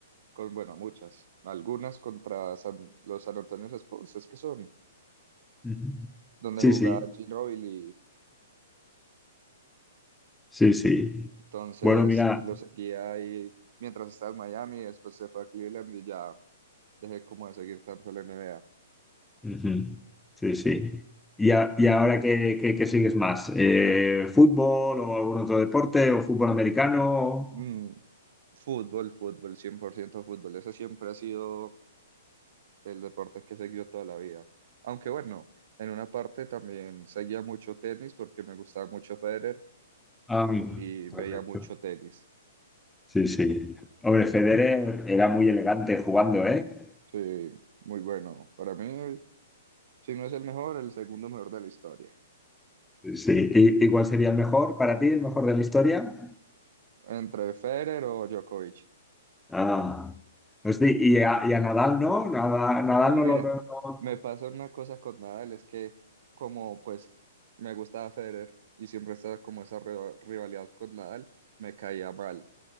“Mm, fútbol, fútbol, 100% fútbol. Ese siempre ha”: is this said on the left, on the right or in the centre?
Right